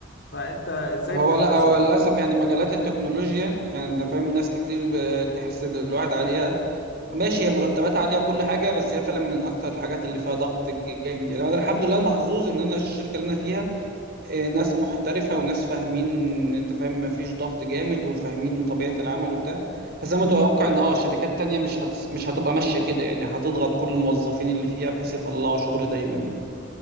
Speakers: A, on the left (about 65°); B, on the right (about 55°).
A: فأنت إزاي
B: هو
A: بتوازن؟
B: لا هو للأسف يعني مجالات التكنولوجيا يعني أنا فاهم ناس كتير بتحسد الواحد عليها ماشي هي مرتبات عالية وكل حاجة بس هي فعلا من أكتر الحاجات اللي فيها ضغط جامد يعني أنا الحمد لله محظوظ إن أنا الشركة اللي أنا فيها آه، ناس محترفة وناس فاهمين أنت فاهم مفيش ضغط جامد وفاهمين طبيعة العمل وبتاع بس أنا متوقع إن أه شركات تانية مش هتس... مش هتبقى ماشية كده يعني هتضغط كل الموظفين اللي فيها بحيث يطلعوا شغل دايما يعني